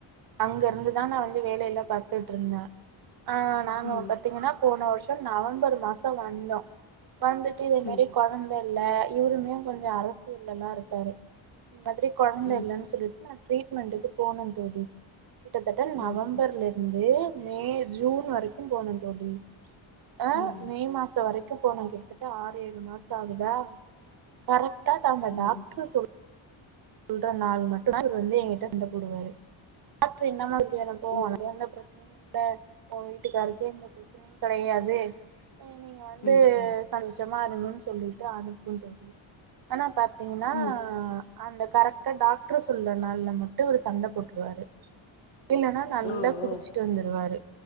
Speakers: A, on the right (about 50°); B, on the left (about 70°).
A: அங்க இருந்துதா நா வந்து வேலைைய எல்லா பாத்துட்டு இருந்த ஆஹ் நாங்க
B: ம்
A: பாத்தீங்கன்னா போன வருஷ நவம்பர் மாச வந்தோ வந்துட்டு இதே
B: ம்
A: மாரி கொழந்தை இல்ல இவருமே கொஞ்ச அரசியல்லலா இருக்காரு இந்த மாதிரி கொழந்த
B: ம்
A: இல்ன்னு சொல்லிட்டு நா ட்ரீட்மெண்ட்டுக்கு போன தோழி கிட்டத்தட்ட
B: ம்
A: நவம்பர்ல இருந்து மே ஜூன் வரைக்கு போன தோழி ஆஹ்
B: ம்
A: மே மாச வரைக்கு போன கிட்டத்தட்ட ஆறு ஏழு மாச ஆகுதா கரெக் டா தாங்க
B: ம்
A: டாக்டர் சொல் சொல்ற நாள் மட்டு அவ வந்து எங்கிட்ட சண்ட போடுவாரு டாக்டரு என்னா எனப்போ
B: ம்
A: அனைய எந்த பிரச்சனையு இல்ல உன் வீட்டுக்காருக்கே எந்த பிரச்சனையு கெடையாது நீங்க வந்து
B: ம் ம்
A: சந்தோஷம் மாறுங்கன் சொல்லிட்டு அனுப்பு தோழி ஆனா பாத்தீங்கன்னா
B: ம்
A: அந்த டாக்டர் சொல்லற நாள்ல மட்டு ஒரு சண்டை போட்டுருவாரு இல்லன்னா நல்லா
B: ஓ
A: குடிச்சிட்டு
B: ஓ
A: வந்துருவாரு